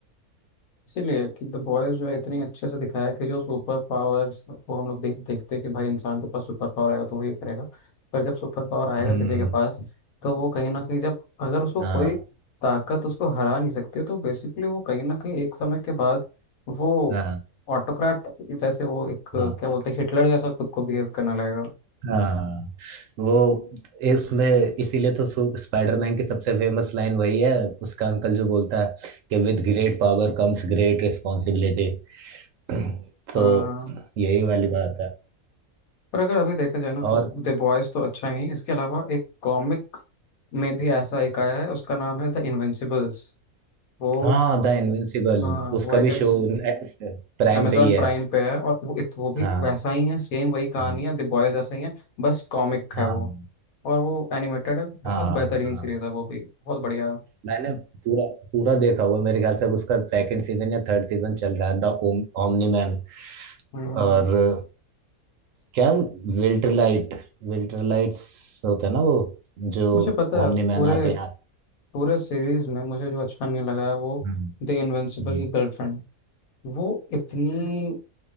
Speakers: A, on the left; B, on the right.
A: इसीलिए कि द बॉयज जो है इतनी अच्छे से दिखाया है कि जो सुपर पावर्स को हम लोग देख देखते हैं कि भाई इंसान के पास सुपर पावर आएगा तो वो ये करेगा पर जब सुपर पावर आएगा
B: हम्म
A: किसी के पास तो वो कहीं ना कहीं जब अगर उसको कोई
B: हाँ
A: ताकत उसको हरा नहीं सकती है, तो बेसिकली वो कहीं ना कहीं एक समय के बाद वो
B: हाँ
A: ऑटोक्रेट जैसे वो एक क्या
B: हाँ
A: बोलते हैं हिटलर जैसा खुद को बिहेव करने लगेगा
B: हाँ वो इसमें इसीलिए तो सु- स्पाइडरमैन की सबसे फेमस लाइन वही है उसका अंकल जो बोलता है कि with great power comes great responsibility <clears throat>
A: हाँ
B: तो यही वाली बात है
A: पर अगर अभी देखा जाए ना
B: और
A: तो द बॉयज तो अच्छा ही है। इसके अलावा एक कॉमिक में भी ऐसा एक आया है उसका नाम है द इनविंसिबल्स वो
B: हाँ द इनविंसिबल
A: हाँ
B: उसका
A: वो आई गेस
B: भी शो प्राइम
A: amazon
B: पे ही है
A: प्राइम पे है और वो इत, वो भी
B: हाँ
A: वैसा ही है सेम वही कहानी
B: हाँ
A: है द बॉयज जैसा ही है बस कॉमिक
B: हाँ
A: है वो और वो एनिमेटेड है बहुत
B: हाँ
A: बेहतरीन
B: हाँ।
A: सीरीज है वो भी बहुत बढ़िया है
B: मैंने पूरा पूरा देखा हुआ है। मेरे ख्याल से अब उसका सेकंड सीजन या थर्ड सीजन चल रहा है द ओमनी मैन
A: हम्म
B: और क्या विल्टरलाइट विल्टरलाइट्स होते हैं ना वो जो
A: मुझे पता
B: ओमनी
A: है पूरे
B: मैन आके यहाँ
A: पूरे सीरीज में मुझे जो अच्छा नहीं लगा है वो
B: हम्म,
A: द इनविंसिबल
B: हम्म।
A: की गर्लफ्रेंड वो इतनी